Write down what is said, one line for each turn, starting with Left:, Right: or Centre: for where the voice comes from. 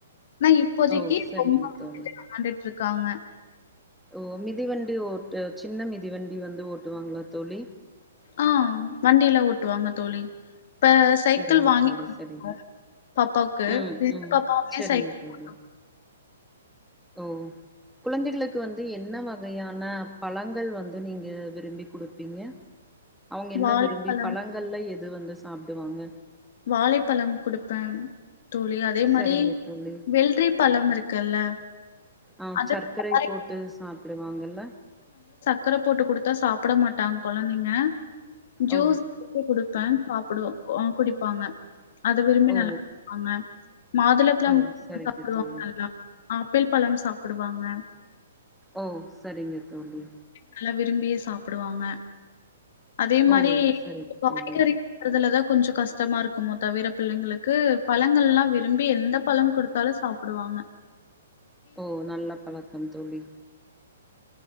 Left: ஆனா இப்போதைக்கு
Centre: ஓ சரிங்க
Left: ரொம்ப
Centre: தோழி
Left: <inaudible> ட்ருக்காங்க
Centre: ஓ மிதிவண்டி ஓட்டு சின்ன மிதிவண் இப்டி வந்து ஓட்டுவாங்களா தோழி
Left: ஆஹ் வண்டிலா ஓட்டுவாங்க தோழி இப்ப சைக்கிள்
Centre: சரிங்க
Left: வாங்கி்
Centre: தோழி சரிங்க
Left: <inaudible> பாப்பாவுக்கு
Centre: ம்,
Left: ரெண்டு
Centre: ம்.
Left: <inaudible> பாப்பாவுமே
Centre: சரிங்க
Left: சைக்கிள்
Centre: தோழி.
Left: <inaudible>
Centre: ஓ குழந்தைகளுக்கு வந்து என்ன வகையான பழங்கள் வந்து நீங்க விரும்பி குடுப்பீங்க அவுங்க என்ன
Left: வாழைப்பழம்
Centre: விரும்பி பழங்கள்ல எ து வந்து சாப்டுவாங்க
Left: வாழைப்பழம் குடுப்ப தோழி அதேமாரி
Centre: சரிங்க தோழி.
Left: வெல்ரி பழம் இருக்குல்ல
Centre: ஆ
Left: அது
Centre: சர்க்கரை
Left: டைரக்ட்டா
Centre: போட்டு சாப்பிடுவாங்கல்ல
Left: சக்கர போட்டு கொடுத்தா சாப்பிட மாட்டாங் கொழந்தைங்க ஜீஸ்
Centre: ஓ!
Left: <inaudible> பேன் சாப்புடு குடி ப்பாங்க அத விரும்பி
Centre: ஓ!
Left: நல்லா <inaudible> பாங்க மாதுளப்ழம்
Centre: ஓ! சரிங்க
Left: சாப்புடுவாங்க
Centre: தோழி.
Left: அதுலா ஆப்பிள் பழம் சாப்புடுவாங்க
Centre: ஓ சரிங்க தோழி
Left: நல்லா விரும்பியே சாப்டுவாங்க அதேமாரி
Centre: ஓ! சரிங்க
Left: காய்கறி
Centre: தோழி.
Left: <inaudible> துலதா கொஞ்சோ கஷ்டமா இருக்குமோ தவிர பிள்ளைங்களுக்கு பழங்கள்லா விரும்பி எந்த பழம் ககுடுத்தாலும் சாப்புடுவாங்க
Centre: ஓ நல்ல பழக் கண் தோழி